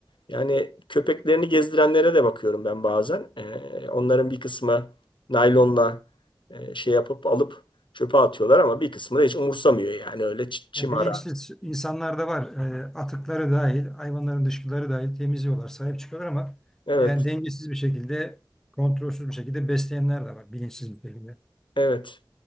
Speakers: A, on the left (about 90°); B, in the centre.
A: Yani köpeklerini gezdirenlere de bakıyorum ben bazen. E, onların bir kısmı naylonla e, şey yapıp alıp çöpe atıyorlar ama bir kısmı da hiç umursamıyor yani öyle çi- çim
B: Ya bilinçli
A: ara.
B: insanlar da var. E, atıkları dahil, hayvanların dışkıları dahil temizliyorlar, sahip çıkıyorlar ama
A: Evet,
B: yani dengesiz bir şekilde, kontrolsüz bir şekilde besleyenler de var bilinçsiz bir şekilde.
A: evet.